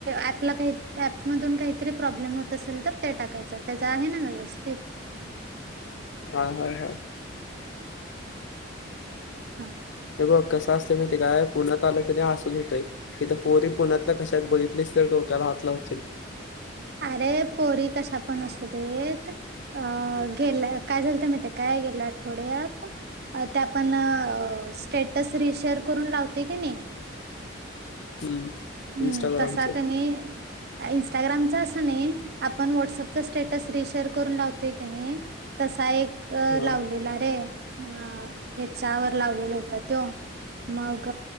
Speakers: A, on the right; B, on the left.
A: ऍपला काही ऍप मधून काहीतरी प्रॉब्लेम होत असेल तर ते टाकायच. च त्याचा आहे ना व्यवस्थित?
B: हा हाय हाय.
A: हा.
B: हे बघ कसं असतय माहित आहे काय पूर्ण तालुक्याने अस लिहितेय. इथ पोरी पुण्यातल्या कश्याहायीत बघितलीस तर डोक्याला हात लावशील.
A: अरे पोरी कशा पण असू देत अह गेल्या काय झालत माहीतीये काय गेल्या आठवड्यात अह ते आपण अह स्टेटस रिशेअर करून लावतेय की नाही
B: हम्म.
A: हम्म
B: इंस्टाग्रामचं
A: तसा त्यांनी इन्स्टाग्रामचा असं नाही आपण व्हॉट्सअपचा स्टेटस रिशेअर करून लावतोय की नाही तसा एक
B: हा
A: लावलेला रे. अह हेच्यावर लावलेल होता त्यो मग